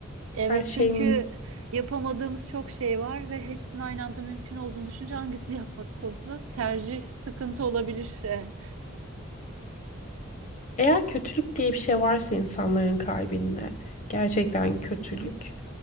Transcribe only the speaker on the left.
Her şey
mümkün.
Eğer kötülük diye bir şey varsa insanların kalbinde gerçekten kötülük.